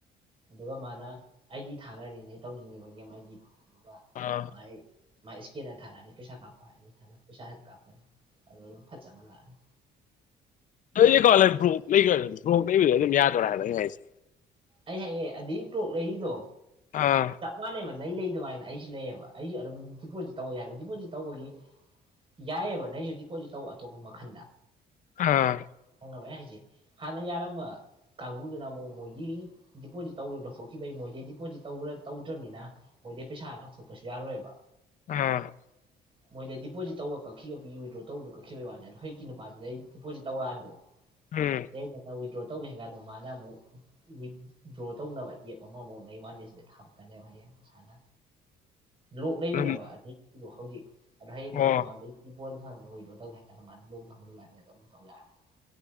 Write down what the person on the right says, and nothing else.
ꯑꯗꯨꯒ ꯃꯥꯅ ꯑꯩꯗꯤ ꯊꯥꯈꯅꯤꯅꯦ ꯑꯩ ꯇꯧꯅꯤꯡꯉꯤꯕ ꯒꯦꯝ ꯑꯩꯒꯤꯗꯣ ꯑꯗꯨꯒ
ꯃꯥꯏ ꯃꯥꯏ ꯏꯁꯀꯦꯟꯗ ꯊꯥꯔꯛꯑꯅꯤ ꯄꯩꯁꯥ ꯀꯥꯞꯄꯣ ꯍꯥꯏꯔꯛ ꯑꯥꯅꯤ ꯄꯩꯁꯥ ꯍꯦꯠ ꯀꯥꯞꯄꯅꯤ ꯑꯗꯨ ꯑꯗꯨꯝ ꯐꯠ ꯆꯪꯍꯜꯂꯛꯑꯅꯤ
ꯑꯩ ꯍꯥꯌꯦ ꯑꯗꯨꯏ ꯇꯣꯛ ꯂꯩꯔꯤꯗꯣ
ꯆꯞ ꯃꯥꯟꯅꯦꯕ ꯅꯪ ꯂꯩ ꯑꯗꯨꯃꯥꯏꯅ ꯑꯩꯁꯨ ꯂꯩꯌꯦꯕ ꯑꯩꯁꯨ ꯑꯗꯨꯝ ꯗꯤꯄꯣꯖꯤꯠ ꯇꯧꯋꯦ ꯌꯥꯏꯑꯕ ꯗꯤꯄꯣꯖꯤꯠ ꯇꯧꯕꯒꯤ ꯌꯥꯏꯑꯕ ꯅꯪꯁꯨ ꯗꯤꯄꯣꯖꯤꯠ ꯇꯧꯕ ꯑꯇꯣꯞꯄ ꯃꯈꯜꯗ
ꯐꯪꯉꯕ ꯑꯩ ꯍꯥꯏꯁꯦ ꯍꯥꯟꯅ ꯌꯥꯔꯝꯕ ꯀꯥꯡꯕꯨꯗꯨꯅ ꯑꯃꯨꯛ ꯃꯣꯏꯒꯤ ꯗꯤꯄꯣꯖꯤꯠ ꯇꯧꯔꯨꯗ ꯊꯣꯛꯈꯤꯕ ꯑꯩ ꯃꯣꯏꯗꯒꯤ ꯗꯤꯄꯣꯖꯤꯠ ꯇꯧꯔ ꯇꯧꯗ꯭ꯔꯕꯅꯤꯅ ꯃꯣꯏꯗꯩ ꯄꯩꯁꯥ ꯂꯧꯊꯣꯛꯄꯁꯨ ꯌꯥꯔꯣꯏꯕ
<inaudible> ꯃꯣꯏꯗ ꯗꯤꯄꯣꯠ ꯇꯧꯕ ꯀꯛꯈꯤꯕ ꯋꯤꯗ꯭ꯔꯣ ꯇꯧꯕꯗꯣ ꯀꯛꯈꯤꯕꯒꯤ ꯋꯥꯅꯦ ꯑꯗꯨ ꯍꯧꯖꯤꯛꯀꯤ ꯅꯨꯄꯥꯗꯨꯗꯑꯩ ꯗꯤꯄꯣꯖꯤꯠ ꯇꯧꯔꯥꯟꯥꯕꯣ <inaudible>
<unintelligible> ꯋꯤꯗ꯭ꯔꯣ ꯇꯧꯒꯦ ꯍꯥꯏꯀꯥꯟꯗ ꯃꯥꯅ ꯑꯃꯨꯛ ꯋꯤ ꯗ꯭ꯔꯣ ꯇꯧꯅꯕ ꯒꯦꯝ ꯑꯃꯃꯨꯛ <unintelligible> ꯊꯥꯃꯛꯛꯀꯅꯦꯕ ꯍꯌꯦꯡ ꯁꯥꯅ ꯂꯣꯛ ꯂꯩꯕꯅꯦꯕ
ꯑꯗꯩꯗꯨ ꯍꯧꯖꯤꯛ ꯑꯗꯣ ꯍꯌꯦꯡ
ꯑꯩ ꯃꯥꯉꯣꯟꯗꯩ <unintelligible>